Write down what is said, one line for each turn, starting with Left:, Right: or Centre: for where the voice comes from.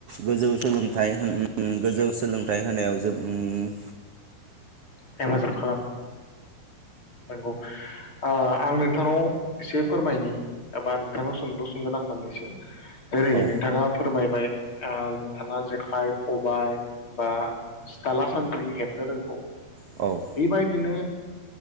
Right: गोजौ सोलोंथाइ उम गोजौ सोलोंथाइ होनायाव जों उम
Left: हेफाजाब खालाम नोंगौ आ आं नोंथांनाव एसे फोरमायनि एबा नोंथांनाव सोंलु सोंगोन आं मोननैसो ओरै
Right: औ
Left: नोंथाङा फोरमायबाय ओ नोंथाङा जेखाय खबाय बा दाला सान्द्रि हेबनो रोंगौ।
Right: औ
Left: बेबायदिनो